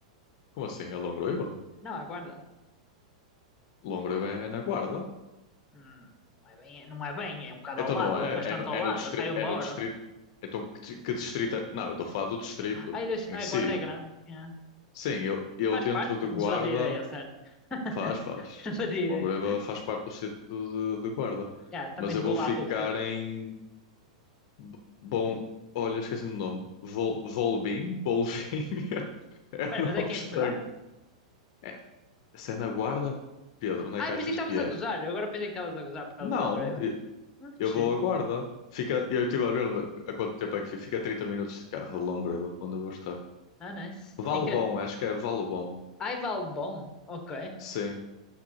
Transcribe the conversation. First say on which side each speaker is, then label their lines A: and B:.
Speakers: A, on the left; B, on the left.
A: Como assim a Longroiva?
B: Não, aguarda.
A: Longroiva é na Guarda.
B: Hum, não é bem, não é bem, é um bocado
A: Então
B: ao lado,
A: não é?
B: bastante
A: É no,
B: ao
A: é
B: lado.
A: no, distrito
B: Epá, eu moro.
A: é no distrito. Então que, di- que distrito é? Não, eu estou a falar do distrito
B: Ai, deixa,
A: em
B: a
A: si.
B: guarda é grande. é.
A: Sim, eu, eu
B: Faz
A: dentro
B: parte,
A: de Guarda.
B: não se fazia ideia, sério. <laughs>
A: Faz, faz.
B: Não fazia ideia.
A: Longroiva faz parte do distrito de, de Guarda.
B: Yeah, também
A: Mas eu
B: vou
A: vou
B: lá
A: ficar
B: há pouco tempo.
A: em. B- Bom. Olha, esqueci-me do nome. Vol... Volbim? Bolvim? <laughs> <laughs> É
B: Espera,
A: um
B: mas
A: nome
B: é aqui
A: estranho.
B: em Portugal?
A: É, se é na Guarda? Pedro, onde
B: Ai,
A: é que achas
B: pensei que
A: que
B: estavas
A: é?
B: a gozar. Eu agora pensei que estavas a gozar por causa
A: Não,
B: de Longoreiva.
A: eu
B: Hum, que
A: eu
B: giro.
A: vou à Guarda. Fica, eu estive a ver onde- a quanto tempo é que fica. Fica 30 minutos de carro de Longreva, para onde eu vou estar.
B: Ah, nice.
A: Valbom,
B: Em que,
A: acho que é Valbom.
B: Ai, Valbom? Ok.
A: Sim,